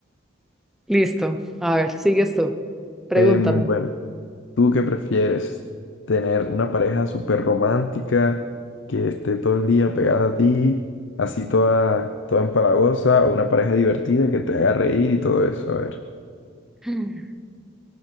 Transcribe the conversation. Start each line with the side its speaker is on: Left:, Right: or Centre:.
Centre: listo. A ver, sigues tú. Pregúntame.
Left: Em, bueno, ¿tú qué prefieres? ¿Tener una pareja súper romántica que esté todo el día pegada a ti, así toda, toda empalagosa, o una pareja divertida que te haga reír y todo eso? A ver.
Centre: Mm.